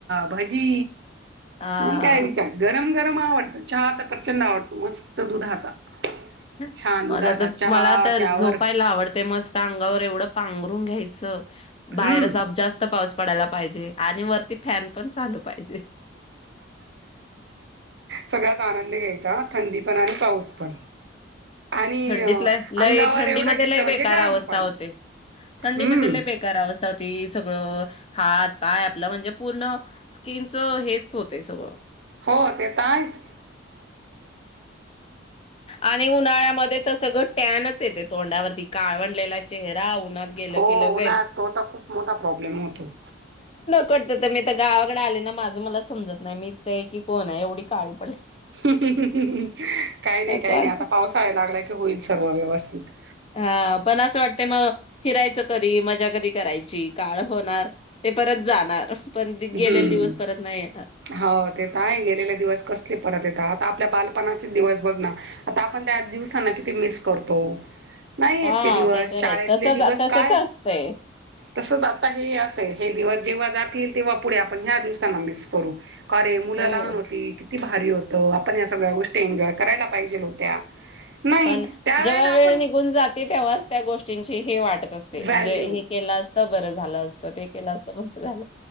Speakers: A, on the right; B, on the left.
A: भजी
B: हा.
A: मंग काय विचार गरम गरम आवडतं चहा तर प्रचंड आवडतो मस्त दुधाचा
B: हं
A: छान दुधाचा
B: मला तर
A: चहा
B: मला तर
A: त्यावर
B: झोपायला आवडतय मस्त अंगावर एवढं पांघरुण घ्यायचं
A: हम्म
B: बाहेरच जास्त पाऊस पडायला पाहिजे आणि वरती फॅन पण चालू पाहीजे
A: सगळ्याचा आनंद घ्यायचा थंडी पण आणि पाऊस पण आणि
B: थंडीत
A: अंगावर
B: थंडीमध्ये
A: एवढं घेतलं
B: लई
A: म्हणजे
B: बेकार
A: गरम
B: अवस्था
A: पण
B: होती थंडीमध्ये
A: हम्म
B: लई बेकार अवस्था होती. सगळ हातपाय आपल म्हणजे पूर्ण स्किनच हेच होतय सगळ
A: हो ते तर आहेच
B: आणि उन्हाळ्यामध्ये तर सगळं टॅनच येते तोंडावरती काळवंडलेला चेहरा उन्हात गेलो
A: हो
B: की लगेच
A: ना तो तर खूप मोठा प्रॉब्लेम होतो.
B: कट होतोय मी आता गावाकडे आले ना माज मला समजत नाही की मिच आहे का कोण एवढी काळी पडले.
A: हु हू हू काय नाही
B: नको
A: काय
B: वाटत
A: नाही आता पाऊस लागला की होईल सर्व व्यवस्थित
B: हा पण असं वाटतंय मग फिरायचं कधी मजा कधी करायची. काळ होणार ते परत जाणार पण
A: हम
B: गेलेले दिवस परत नाही येणार
A: हो ते तर आहेच गेलेले दिवस कसले परत येतात. आपल्या बालपणाचे दिवस बघणा आता आपण त्या दिवसांना किती मिस करतो. नाही
B: हा
A: येत ते दिवस
B: तर
A: शाळेतले
B: आहे तसच
A: दिवस
B: तसच
A: काय
B: असतंय
A: तसेच आता हे असं हे दिवस..... तेव्हा जातील.... तेव्हा पुढे आपण ह्या दिवसाला मिस करू... का रे मुला
B: हो
A: लहान होती ते भारी होतं.... पण ह्या सगळ्या गोष्टी एन्जोय करायला पाहिजेल होत्या.... नाही
B: पण
A: त्यावेेळेला
B: जेव्हा वेळ
A: आपण
B: निघून जाते तेव्हाच त्या गोष्टींची हे वाट म्हणजे
A: व्हॅल्यू
B: हे केलस..... बरं झालं असतं ते केलं असतं बर झाल....